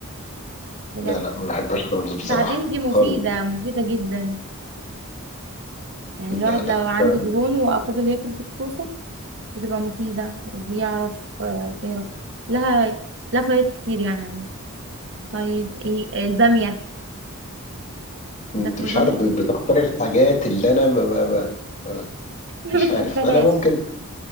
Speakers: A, on the right; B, on the left.
A: بجد
B: لا لا ما بحبهاش خالص بصراحة
A: بعدين دي مفيدة
B: خالص
A: مفيدة جدا يعني
B: لا
A: الواحد
B: لا
A: لو عنده
B: ما.
A: دهون وافضل ياكل الكوسة بتبقى مفيدة وبيعرف آه، يعرف لها لها فوائد كتير يعني عامة. طيب ايه البامية بتاكلوا
B: انت مش
A: بامية
B: عارف ب- بتختار الحاجات اللي انا ما ما ما
A: <laughs> ما
B: مش
A: بتحبهاش
B: عارف انا ممكن